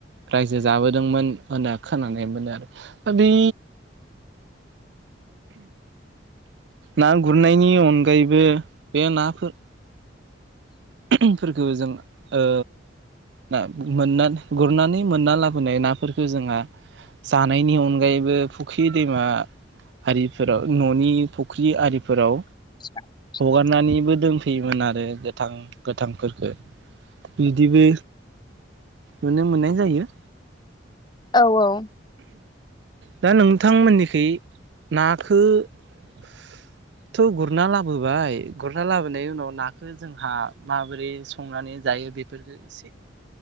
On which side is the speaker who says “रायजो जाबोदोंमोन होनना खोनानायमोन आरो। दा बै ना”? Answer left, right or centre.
Right